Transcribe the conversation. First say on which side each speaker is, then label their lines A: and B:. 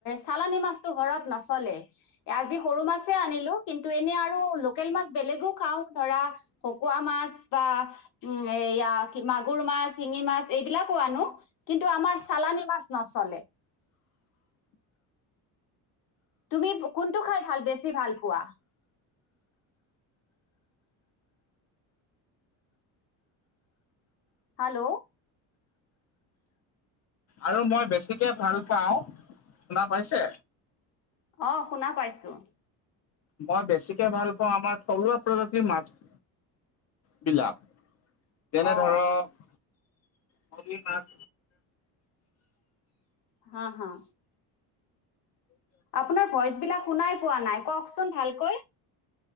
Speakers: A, on the left; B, on the left.
A: চালানী মাছতটো ঘৰত নচলে। আজি সৰু মাছে আনিলো, কিন্তু এনেই আৰু লোকেল মাছ বেলেগো খাওঁ ধৰা- ভকোৱা মাছ বা- উমঁ' এইয়া মাগুৰ মাছ, শিঙি মাছ এইবিলাকো আনো। কিন্তু আমাৰ চালানী মাছ নচ'লে। তুমি কোনটো খাই ভাল বেছি ভাল পোৱা? হেল্ল'।
B: আৰু মই বেছিকে ভাল পাওঁ, শুনা পাইছে?
A: অঁ' শুনা পাইছোঁ।
B: মই বেছিকে ভাল পাওঁ আমাৰ থলুৱা প্ৰজাতিৰ মাছ- বিলাক, যেনে
A: অ
B: ধৰক পুঠি মাছ।
A: হাঁ-হাঁ। আপোনাৰ ভইচ বিলাক শুনাই পোৱা নাই কওঁকচোন ভালকৈ।